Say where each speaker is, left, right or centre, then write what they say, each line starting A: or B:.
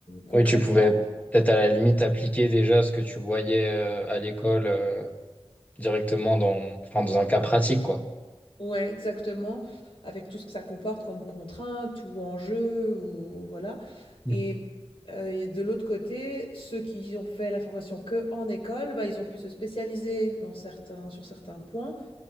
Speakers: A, on the left; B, on the left.
A: concrètement.
B: Oui, tu pouvais peut-être à la limite appliquer déjà ce que tu voyais euh, à l'école. euh, directement dans, enfin, dans un cas pratique, quoi.
A: Ouais, exactement, avec tout ce que ça comporte comme contraintes ou enjeux ou voilà.
B: Mm.
A: Et, heu, et de l'autre côté, ceux qui ont fait la formation que en école, bah, ils ont pu se spécialiser dans certains sur certains points,